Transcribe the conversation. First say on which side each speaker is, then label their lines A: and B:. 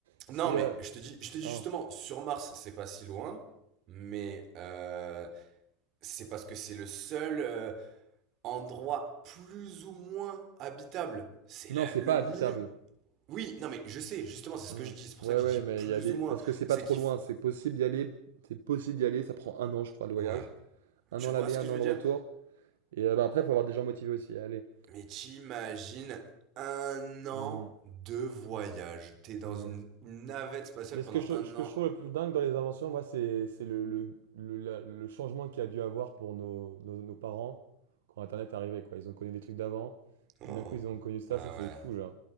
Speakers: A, on the right; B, on the right.
A: C'est...
B: non, mais
A: euh,
B: je te dis, je te dis
A: hein.
B: justement, sur Mars, c'est pas si loin, mais euh, c'est parce que c'est le seul euh, endroit plus ou moins habitable. C'est
A: Non,
B: la-
A: c'est
B: le
A: pas habitable.
B: minimum. Oui, non, mais je sais, justement, c'est ce
A: Hmm.
B: que je dis. C'est pour
A: Ouais,
B: ça que
A: ouais,
B: je dis plus
A: mais il y a des.
B: ou moins.
A: Parce que c'est pas
B: C'est
A: trop
B: qu'il.
A: loin,
B: f-
A: c'est possible d'y aller. C'est possible d'y aller, ça prend un an, je crois, le voyage.
B: Ouais.
A: Un
B: Tu
A: an
B: vois
A: l'aller,
B: ce
A: un
B: que je
A: an
B: veux
A: le
B: dire?
A: retour. Et euh, bah, après, il faut avoir des gens motivés aussi à aller.
B: Mais t'imagines un an
A: Mhm.
B: de voyage. T'es dans
A: Ouais.
B: une une navette spatiale
A: Mais ce
B: pendant
A: que je,
B: un
A: ce que
B: an.
A: je trouve le plus dingue dans les inventions, moi, c'est c'est le, le, le- la- le changement qu'il y a dû avoir pour nos, nos, nos parents quand Internet est arrivé, quoi. Ils ont connu des trucs d'avant,
B: Oh.
A: et d'un coup, ils ont connu ça,
B: Ah
A: ça c'est
B: ouais.
A: fou, genre.